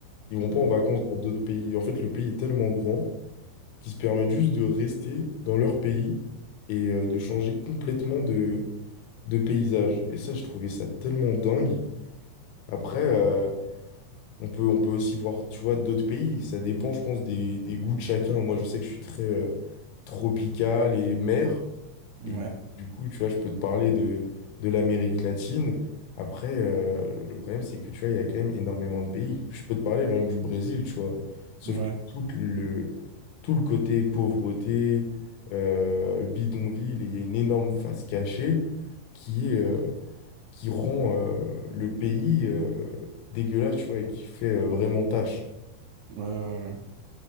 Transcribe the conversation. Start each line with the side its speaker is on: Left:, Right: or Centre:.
Left: Ils vont pas en vacances dans d'autres pays. En fait, le pays est tellement grand qu'ils se permettent juste de rester dans leur pays et euh, de changer complètement de de paysages. Et ça, je trouvais ça tellement dingue. Après, euh, on peut, on peut aussi voir, tu vois, d'autres pays. Ça dépend, je pense, des, des goûts de chacun. Moi, je sais que je suis très euh, tropical et mer.
Right: Ouais.
Left: Et
Right: Ouais.
Left: du coup, tu vois, je peux te parler de, de l'Amérique latine. Après, euh, le problème, c'est que, tu vois, il y a quand même énormément de pays. Je peux te parler rien que du Brésil, tu vois. Sauf
Right: Ouais,
Left: que tout le, tout le côté pauvreté, euh, bidonville, et il y a une énorme face cachée qui est, euh, qui rend euh, le pays euh, dégueulasse, tu vois, et qui fait euh, vraiment tâche.
Right: ouais, ouais, ouais.